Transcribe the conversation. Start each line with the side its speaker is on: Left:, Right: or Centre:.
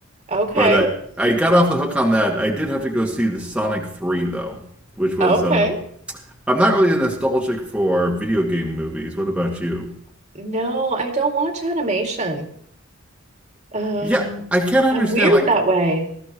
Right: Okay.
Centre: But I I got off the hook on that. I did have to go see the Sonic Three though, which was
Right: Okay.
Centre: uh, I'm not really nostalgic for video game movies. What about you?
Right: No, I don't watch animation. Um,
Centre: Yeah, I can't understand
Right: I'm weird
Centre: like.
Right: that way.